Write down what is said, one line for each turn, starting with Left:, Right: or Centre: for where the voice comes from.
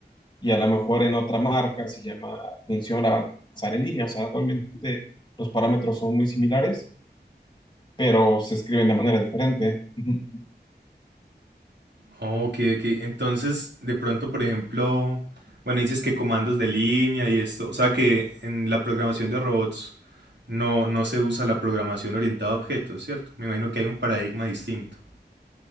Left: y a lo mejor en otra marca se llama función avanzar en línea, o sea, realmente los parámetros son muy similares, pero se escriben de manera diferente. Ujú, ujú.
Right: Ok, ok. Entonces, de pronto, por ejemplo, bueno, dices que comandos de línea y esto, o sea que en la programación de robots no, no se usa la programación orientada a objetos, ¿cierto? Me imagino que hay un paradigma distinto.